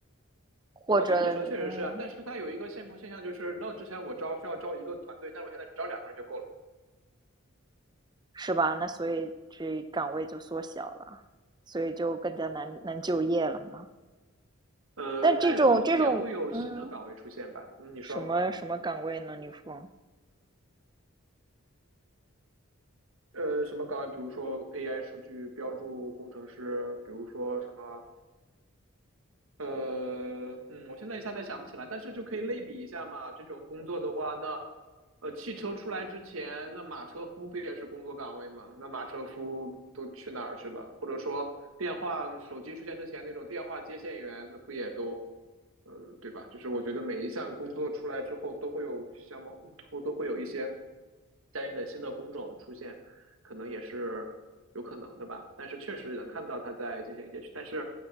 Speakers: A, on the right; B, on the right.
A: 或者嗯
B: 啊，这你说的确实是啊，但是它有一个现况现象就是，那之前我招需要招一个团队，但是我现在只招两个人就够了。
A: 是吧？那所以这岗位就缩小了，所以就更加难难就业了嘛。
B: 呃，
A: 但这种这种嗯
B: 但说不定也会有新的岗位出现吧。嗯，你说，
A: 什么什么岗位呢？你说？
B: 呃，什么岗位？比如说 AI 数据标注工程师，比如说什么，呃，嗯，我现在一下子想不起来，但是就可以类比一下嘛。这种工作的话，那，呃，汽车出来之前，那马车夫不也是工作岗位吗？那马车夫都去哪儿去了？或者说，电话手机出现之前，那种电话接线员，那不也都呃，对吧？就是我觉得每一项工作出来之后，都会有相貌，都都会有一些相应的新的工种出现，可能也是有可能的吧。但是确实能看到它在进行一些，但是